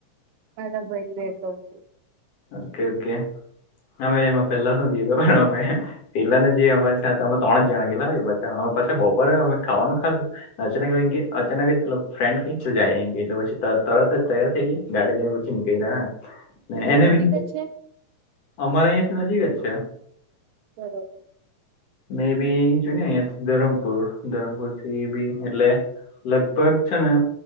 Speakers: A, on the right (about 80°); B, on the left (about 55°).
A: મારા ભાઈનેેખું છું.
B: ઓકે ઓકે હવે એમાં પેલા શુંધીધ પણ અમે પેલાને જે અમારી સાથે અમે ત્રણ જણા ગેલાા અમે પાછા બપોરે અમે ખાવાનું ખાધું અચાનક અચાનક જ ફ્રેડ જાય એટલે પછી તરર તૈયાર થઈ ગયા. ગાડી જને બુછી ન કેરા.
A: એટલે
B: એને બી
A: નજીક જ છે
B: અમારા અહીંથી નજીક જ છે.
A: બરોબર.
B: મે બી જો ધરમપુર ધરમપુર થી બી એટલે લગભગ છે ને